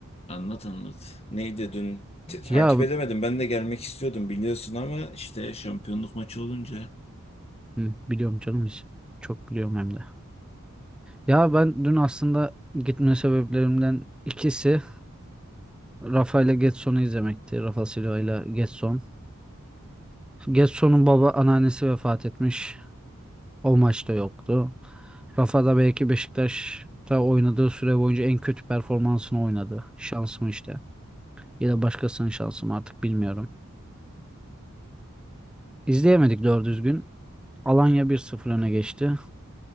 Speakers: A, on the left (about 30°); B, in the centre.
A: Anlat anlat. Neydi dün? Te- takip
B: Ya
A: edemedim. Ben de gelmek istiyordum biliyorsun ama işte şampiyonluk maçı olunca
B: hı, biliyorum canım hiç. Çok biliyorum hem de. Ya ben dün aslında gitme sebeplerimden ikisi Rafa ile Getson'u izlemekti. Rafa Silva ile Getson. Getson'un baba anneannesi vefat etmiş. O maçta yoktu. Rafa da belki Beşiktaş'ta oynadığı süre boyunca en kötü performansını oynadı. Şans mı işte. Ya da başkasının şansı mı artık bilmiyorum. İzleyemedik doğru düzgün. Alanya bir sıfır öne geçti.